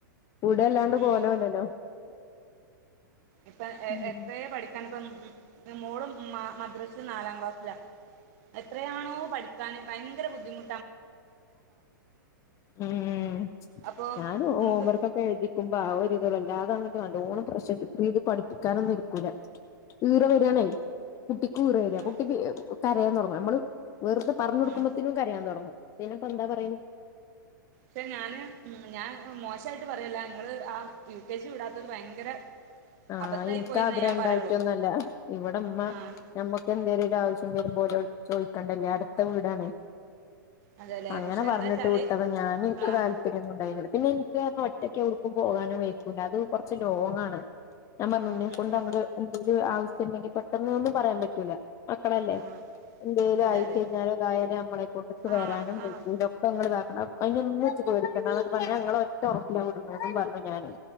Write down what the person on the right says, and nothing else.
ഉം
ഇപ്പൊ
എത്രയേ പഠിക്കാൻ ഇപ്പ മോളും മ മദ്രസ നാലാം ക്ലാസ്സിലാ. എത്രയാണോ പഠിക്കാന് ഭയങ്കര ബുദ്ധിമു
അപ്പൊ
നമുക്ക്
ആ
ഉം
ഉം
പക്ഷെ ഞാന് ഞാൻ മോശയിട്ട് പറയല്ല ങ്ങള് ആ യു കെ ജി വിടാത്തത് ഭയങ്കര
അബദ്ധായി
പോയിന്നേ
ഞാൻ
പറയുള്ളൂ
ആഹ്
അതെല്ലെ
പക്ഷെ
എന്താച്ചാല്
ആഹ്
ഉം
ഉം
ഉം
ആഹ്
അതെ
അതെ
ആഹ്
ആഹ്